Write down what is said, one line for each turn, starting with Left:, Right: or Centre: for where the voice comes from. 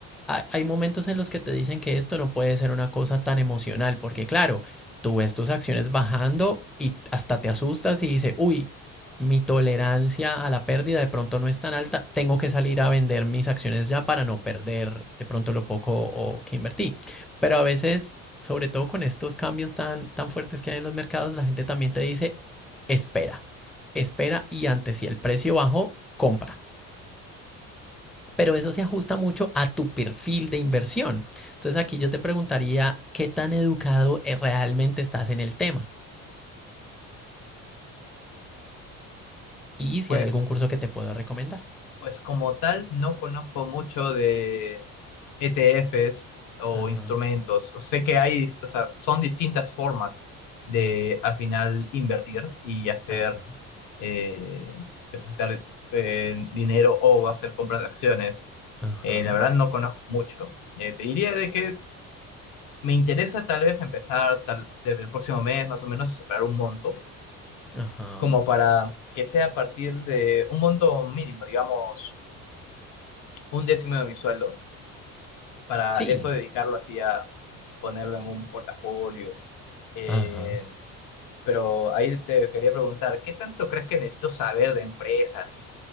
Centre: hay momentos en los que te dicen que esto no puede ser una cosa tan emocional, porque claro, tú ves tus acciones bajando y hasta te asustas y dices, uy, mi tolerancia a la pérdida de pronto no es tan alta, tengo que salir a vender mis acciones ya para no perder de pronto lo poco o que invertí. Pero a veces, sobre todo con estos cambios tan, tan fuertes que hay en los mercados, la gente también te dice, espera, espera y antes si el precio bajó, compra pero eso se ajusta mucho a tu perfil de inversión. Entonces aquí yo te preguntaría qué tan educado eh, realmente estás en el tema y si
Left: Pues,
Centre: hay algún curso que te puedo recomendar.
Left: pues como tal, no conozco mucho de ETFs o
Centre: Ajá,
Left: instrumentos. Sé que hay, o sea, son distintas formas de al final invertir y hacer
Centre: ajá,
Left: eh, depositar eh, dinero o hacer compras de acciones.
Centre: ajá,
Left: Eh, la verdad no conozco mucho. Eh, te diría de que me interesa tal vez empezar tal, desde el próximo mes más o menos separar un monto,
Centre: ajá.
Left: como para que sea a partir de un monto mínimo, digamos un décimo de mi sueldo, para
Centre: Sí,
Left: eso dedicarlo así a ponerlo en un portafolio, en
Centre: ajá,
Left: Pero ahí te quería preguntar, ¿qué tanto crees que necesito saber de empresas